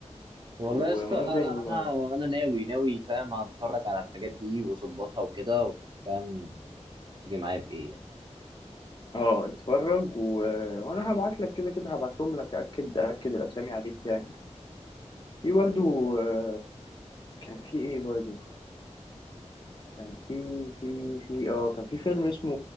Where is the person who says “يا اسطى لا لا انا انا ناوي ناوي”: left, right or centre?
Right